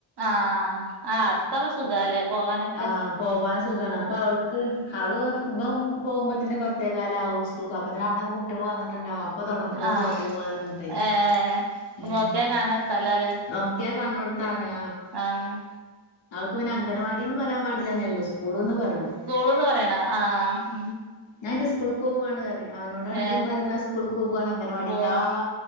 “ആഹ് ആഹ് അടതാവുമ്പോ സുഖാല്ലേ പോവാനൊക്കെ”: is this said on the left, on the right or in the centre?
Right